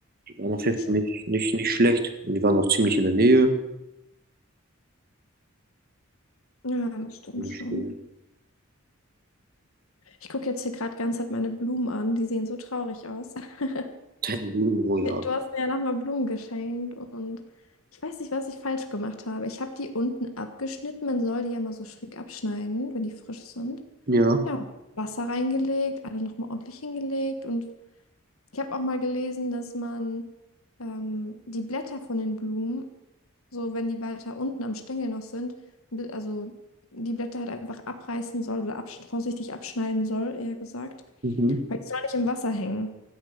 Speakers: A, on the right; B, on the left.
A: Die waren auf
B: gibt's
A: jeden Fall
B: schon.
A: nicht, nicht, nicht schlecht. Und die waren auch ziemlich in der Nähe.
B: Ja, das stimmt
A: Ziemlich
B: schon.
A: schön.
B: Ich gucke jetzt hier gerade ganz halt meine Blumen an. Die sehen so traurig aus. <laughs>
A: Teilen, oh ja.
B: Du hast mir ja nochmal Blumen geschenkt und ich weiß nicht, was ich falsch gemacht habe. Ich habe die unten abgeschnitten. Man soll die ja mal so schräg abschneiden, wenn die frisch sind.
A: Ja,
B: Ja, Wasser reingelegt, alle nochmal ordentlich hingelegt und Ich habe auch mal gelesen, dass man ähm, die Blätter von den Blumen, so wenn die weiter unten am Stängel noch sind, bi- also die Blätter halt einfach abreißen soll oder absch vorsichtig abschneiden soll, eher gesagt.
A: mhm.
B: Weil die sollen nicht im Wasser hängen,